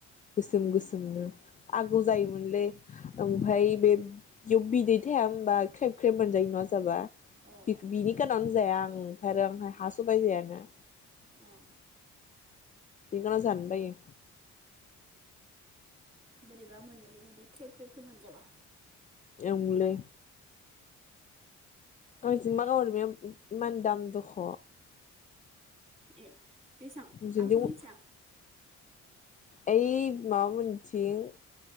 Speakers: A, on the left; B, on the right.
A: गोसोम गोसोमनो आगौ जायोमोनलै ओमफ्राय
B: अ
A: बे याव बिदै थाया होमबा ख्रेब ख्रेब मोनजायो ना जाबा
B: अ
A: बि-बिनि खारनावनो जाया आं आरो ओमफाय हा सबाय जायाना।
B: औ
A: बिखारनाव जानो बायो।
B: बोरैबा मोनोलै बे ख्रेब ख्रेबखौ मोनजाबा।
A: ओंलै गांजेमा गावस्रानाय इमान दाम दख'
B: ए बेसां
A: जोंथिं
B: आंथ' मिथिया।
A: ओइ माबा मोनथिं